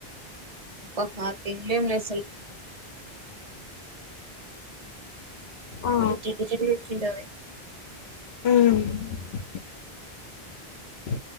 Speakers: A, on the right; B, on the left.
A: అహ తిన్లేమ్ లే అసల్
B: ఆ
A: అది జిడ్డు జిడ్డు గోచ్చింటది
B: మ్ అ